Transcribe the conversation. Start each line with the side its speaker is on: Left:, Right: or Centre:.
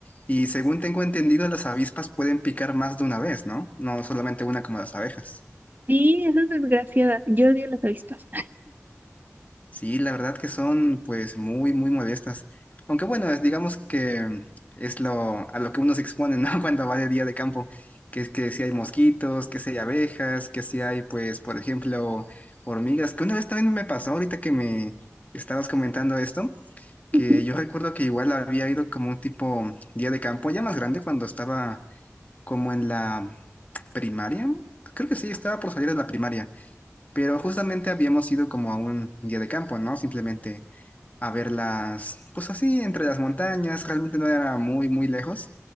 Left: Y según tengo entendido, las avispas pueden picar más de una vez, ¿no? No solamente una como las abejas.
Right: Sí, esas desgraciadas. Yo odio las avispas.
Left: Sí, la verdad que son pues muy, muy modestas. Aunque bueno, es, digamos que mm, es lo, a lo que uno se expone, ¿no? <laughs> Cuando va de día de campo, que, que si hay mosquitos, que si hay abejas, que si hay pues, por ejemplo, hormigas, que una vez también me pasó, ahorita que me estabas comentando esto,
Right: <laughs>
Left: que yo recuerdo que igual había ido como un tipo día de campo, ya más grande, cuando estaba como en la primaria. Creo que sí, estaba por salir de la primaria, pero justamente habíamos ido como a un día de campo, ¿no? Simplemente a verlas, pues así, entre las montañas, realmente no era muy, muy lejos,